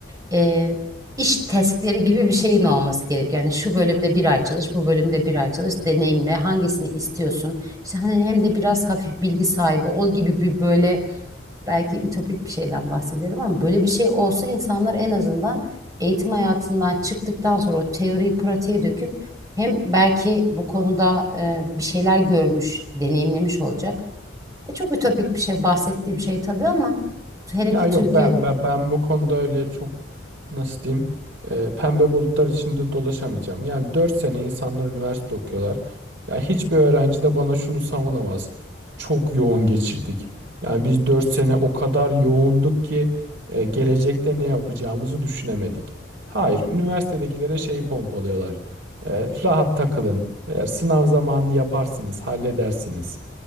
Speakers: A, on the right; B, on the right.
A: eee, iş testleri gibi bir şeyin olması gerek. Yani şu bölümde bir ay çalış, bu bölümde bir ay çalış, deneyimle hangisini istiyorsun? İşte hani hem de biraz hafif bilgi sahibi ol gibi bir böyle belki ütopik bir şeyden bahsediyorum ama böyle bir şey olsa insanlar en azından eğitim hayatından çıktıktan sonra o teoriyi pratiğe döküp hem belki bu konuda e, bir şeyler görmüş, deneyimlemiş olacak. E, çok ütopik bir şey bahsettiğim şey tabii ama hele
B: Ya
A: ki
B: yok
A: Türkiye
B: ben ben, ben bu konuda öyle çok nasıl diyeyim e, pembe bulutlar içinde dolaşamayacağım. Yani 4 sene insanlar üniversite okuyorlar. Ya hiçbir öğrenci de bana şunu savunamaz. Çok yoğun geçirdik. Yani biz 4 sene o kadar yoğunduk ki e, gelecekte ne yapacağımızı düşünemedik. Hayır, üniversitedekilere şeyi pompalıyorlar. E, rahat takılın. Eğer sınav zamanı yaparsınız, halledersiniz.